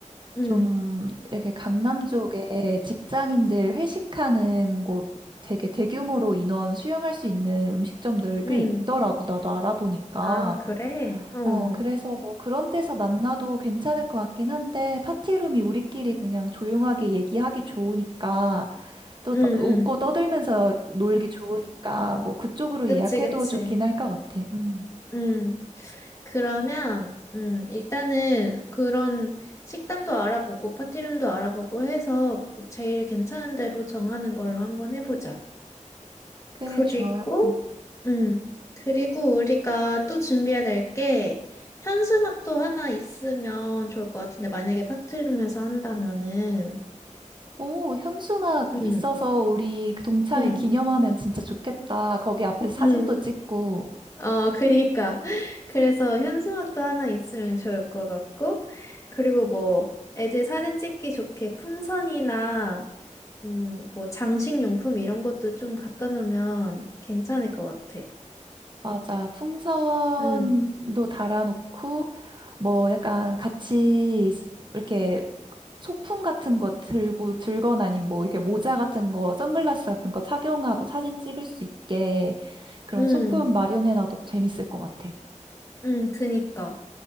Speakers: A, on the left; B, on the right.
A: 음,
B: 좀 이렇게 강남 쪽에 직장인들 회식하는 곳 되게 대규모로 인원 수용할 수 있는 음식점들
A: 음.
B: 꽤 있더라고 나도 알아보니까.
A: 아, 그래? 어, 음,
B: 어, 그래서 뭐 그런 데서 만나도 괜찮을 것 같긴 한데, 파티룸이 우리끼리 그냥 조용하게 얘기하기 좋으니까, 또
A: 음.
B: 떠- 웃고 떠들면서 놀기 좋으니까, 뭐 그쪽으로
A: 그치,
B: 예약해도
A: 그치.
B: 좋긴 할 것 같아. 음.
A: 음, 그러면, 음, 일단은 그런 식당도 알아보고, 파티룸도 알아보고 해서 뭐 제일 괜찮은 대로 정하는 걸로 한번 해보자.
B: 그래,
A: 그리고,
B: 좋아. 응.
A: 음, 그리고 우리가 또 준비해야 될 게, 현수막도 하나 있으면 좋을 것 같은데, 만약에 파티룸에서 한다면은,
B: 오, 현수막
A: 음,
B: 있어서 우리 그 동창회
A: 음,
B: 기념하면 진짜 좋겠다. 거기 앞에서 사진도
A: 음.
B: 찍고,
A: 어, 그니까. 그래서 현수막도 하나 있으면 좋을 것 같고, 그리고 뭐, 애들 사진 찍기 좋게 풍선이나, 음, 뭐, 장식용품 이런 것도 좀 갖다 놓으면 괜찮을 것 같아.
B: 맞아. 풍선도
A: 음,
B: 달아놓고, 뭐 약간 같이 이렇게 소품 같은 거 들고 들거나 아니면 뭐 이렇게 모자 같은 거, 선글라스 같은 거 착용하고 사진 찍을 수 있게 그런
A: 음,
B: 소품 마련해놔도 재밌을 것 같아.
A: 음, 그니까.